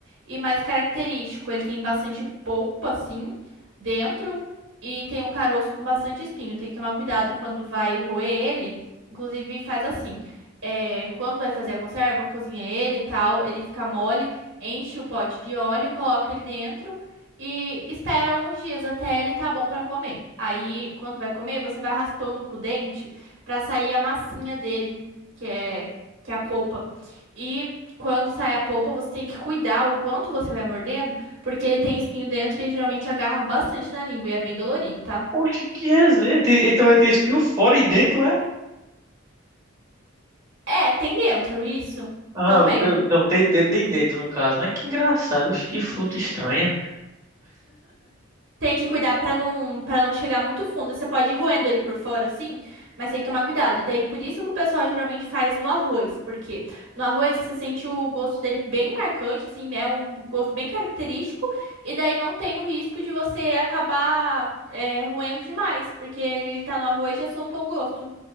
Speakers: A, on the right; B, on the right.
A: e mais característico, ele tem bastante polpa, assim, dentro, e tem um caroço com bastante espinho, tem que tomar cuidado quando vai roer ele, Inclusive, faz assim. É, quando vai fazer a conserva, cozinha ele e tal, ele fica mole, enche o pote de óleo, coloca ele dentro e espera uns dias até ele tá bom pra comer. Aí, quando vai comer, você vai raspando com o dente pra sair a massinha dele, que é, que é a polpa. E quando sai a polpa, você tem que cuidar o quanto você vai mordendo, porque ele tem espinho dentro e geralmente agarra bastante na língua e é bem dolorido, tá?
B: Poxa, que resenha. Tem- então ele tem espinho fora e dentro, é?
A: É, tem dentro, isso.
B: Ah,
A: Também.
B: o teu- não, tem, ele tem dentro no caso, né? Que engraçado, oxe, que fruta estranha.
A: Tem que cuidar pra não, para não chegar muito fundo. Você pode ir roendo ele por fora, assim, mas tem que tomar cuidado. E daí, por isso que o pessoal geralmente faz no arroz, porque no arroz você sente o gosto dele bem marcante, assim, é um gosto bem característico, e daí não tem o risco de você acabar é, roendo demais, porque ele tá no arroz e já soltou o gosto.